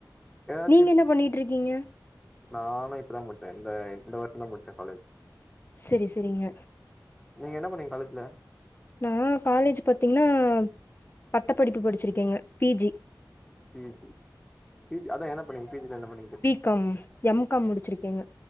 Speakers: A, in the centre; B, on the left.
A: ஏதாச்சு
B: நீங்க என்ன பண்ணிட்டு இருக்கீங்க
A: நானு இப்பதா முடிச்சே இந்த இந்த வருஷந்தா முடிச்சே காலேஜ்
B: செரி செரிங்க
A: நீங்க என்ன பண்ணீங்க காலேஜ்ல
B: நா காலேஜ் பாத்திங்னா பட்ட படிப்பு படிச்சிருக்கேங்க பிஜி
A: ம் பிஜி அதா என்ன பண்ணீங்க பிஜில என்ன பண்ணிங்க கேட்ட
B: கம் எம் கம் முடிச்சிருக்கேங்க